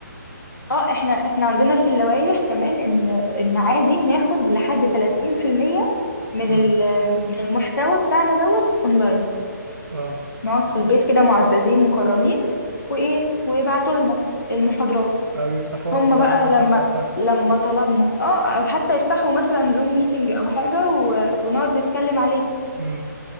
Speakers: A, on the left; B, on the right.
A: اه احنا احنا عندنا في اللوايح كمان ان ان عادي ناخد لحد 30% من
B: امم
A: ال- من المحتوى بتاعنا دوت اونلاين
B: اه
A: نقعد في البيت كده معززين مكرمين وايه ويبعتوا لنا المحاضرات
B: او يفتحوها
A: هم
B: اونلاين
A: بقى
B: حتى
A: لما
B: في وقتها
A: لما طلبنا اه او حتى يفتحوا مثلا زوم ميتنج او حاجة و- ونقعد نتكلم عليه
B: امم